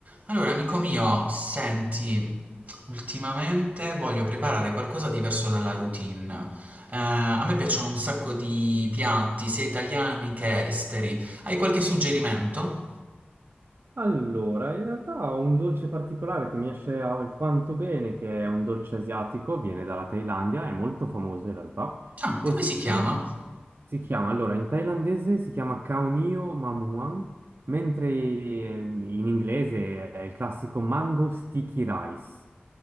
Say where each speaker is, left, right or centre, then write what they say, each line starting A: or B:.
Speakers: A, on the right; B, on the right.
A: Allora, amico mio, senti, ultimamente voglio preparare qualcosa diverso dalla routine. Eh, a me piacciono un sacco di piatti, sia italiani che esteri. Hai qualche suggerimento?
B: Allora, in realtà ho un dolce particolare che mi esce alquanto bene, che è un dolce asiatico, viene dalla Thailandia, è molto famoso in realtà,
A: Ah,
B: e
A: come
B: si
A: si
B: chiama,
A: chiama?
B: si chiama- allora, in thailandese si chiama Kaunio Mamuang, mentre eh, in inglese è il classico Mango Sticky Rice.